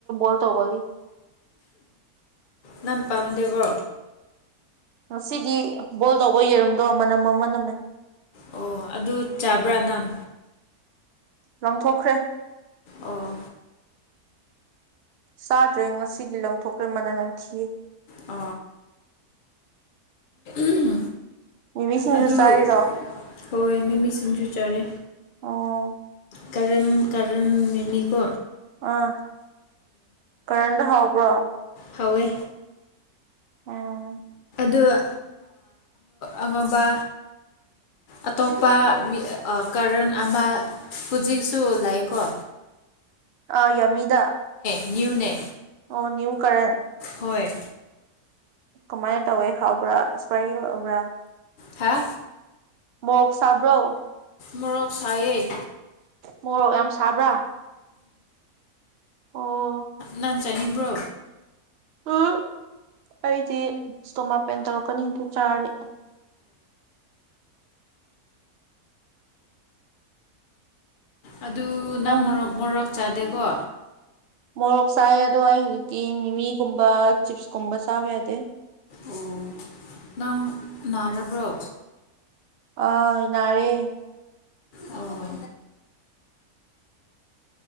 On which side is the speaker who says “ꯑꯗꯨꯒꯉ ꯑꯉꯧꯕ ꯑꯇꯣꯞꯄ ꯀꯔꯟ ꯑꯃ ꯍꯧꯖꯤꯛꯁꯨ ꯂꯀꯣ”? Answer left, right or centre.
Left